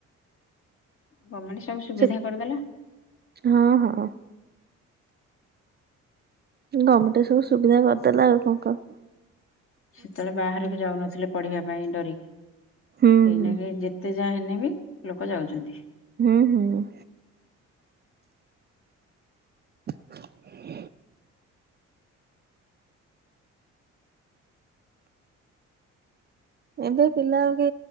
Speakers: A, on the left; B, on the right.
A: ଗମେଣ୍ଟ ସବୁ ସୁବିଧା
B: ସେ
A: କରିଦେଲା।
B: ହଁ ହଁ। ଗମେଣ୍ଟ ସବୁ ସୁବିଧା କରିଦେଲା ଆଉ କଣ କ
A: ସେତେବେଳେ ବାହାରକୁ ଯାଉନଥିଲେ ପଢିବା ପାଇଁ ଡରିକି।
B: ହୁଁ
A: ଏଇନା
B: ହୁଁ
A: କେ ଯେ ଏତେ ଯାହା ହେଲେ ବି ଲୋକ ଯାଉଛନ୍ତି।
B: ହୁଁ ହୁଁ। <inaudible> ଏବେ ପିଲା ଆଉ କି